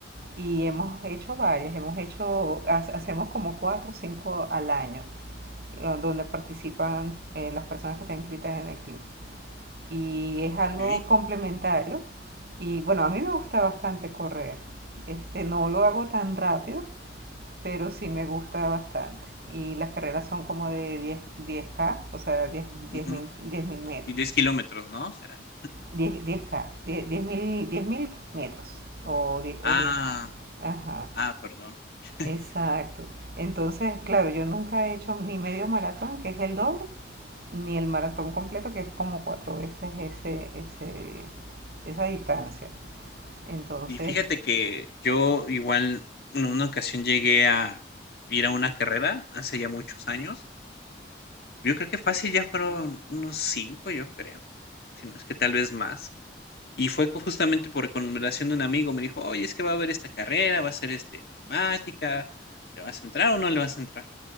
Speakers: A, on the right (about 55°); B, on the left (about 60°).
A: y hemos hecho varias, hemos hecho, ha- hacemos como cuatro o cinco al año, eh, donde participan eh, las personas que están inscritas en el club. Y es algo
B: ok,
A: complementario y bueno, a mí me gusta bastante correr. Este, no lo hago tan rápido, pero sí me gusta bastante. Y las carreras son como de diez diez k o sea, 10
B: ujú.
A: 10 mil, 10 mil metros.
B: Y 10 kilómetros, ¿no? ¿Serán?
A: diez 10K, 10 10 mil, 10 mil metros. O 10,
B: Ah,
A: o diez ajá,
B: ah, perdón. <laughs>
A: exacto. Entonces, claro, yo nunca he hecho ni medio maratón, que es el doble, ni el maratón completo, que es como cuatro veces ese, ese, esa distancia. Entonces,
B: Y fíjate que yo igual en una ocasión llegué a ir a una carrera hace ya muchos años. Yo creo que fácil ya fueron unos cinco, yo creo. Si no es que tal vez más. Y fue co- justamente por recomendación de un amigo. Me dijo, oye, es que va a haber esta carrera, va a ser este temática. ¿Le vas a entrar o no le vas a entrar?